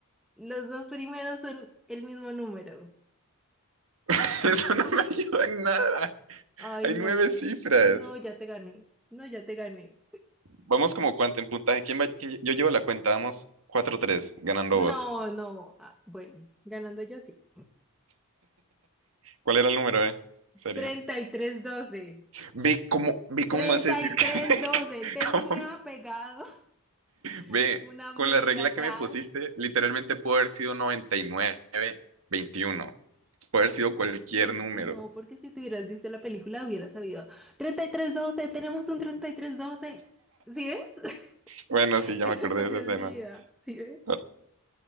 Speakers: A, in the centre; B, on the right.
A: Los dos primeros son el mismo número.
B: <laughs> Eso no me ayuda en nada.
A: Ay,
B: Hay
A: no,
B: nueve cifras.
A: no, ya te gané. No, ya te gané.
B: Vamos como cuánto en puntaje. ¿Quién va? quién lle- Yo llevo la cuenta, vamos cuatro tres ganando
A: No,
B: vos.
A: no. Ah, bueno, ganando yo sí.
B: ¿Cuál era el número, eh? Serio.
A: Treinta y tres doce,
B: Ve cómo, ve cómo
A: treinta
B: me vas a decir
A: y
B: que,
A: tres
B: <laughs>
A: doce.
B: que-
A: Él tenía
B: cómo,
A: pegado
B: ve,
A: <laughs> una media
B: con la regla
A: atrás.
B: que me pusiste, literalmente
A: y
B: pudo haber sido noventa y nueve veintiuno Puede haber sido cualquier
A: No,
B: número.
A: no, porque si te hubieras visto la película hubieras sabido. Treinta y tres doce, tenemos un treinta y tres doce. ¿Sí ves?
B: Bueno,
A: <laughs>
B: sí, ya
A: Eso
B: me acordé
A: no se
B: de esa escena.
A: olvida, ¿sí ves?
B: Ah,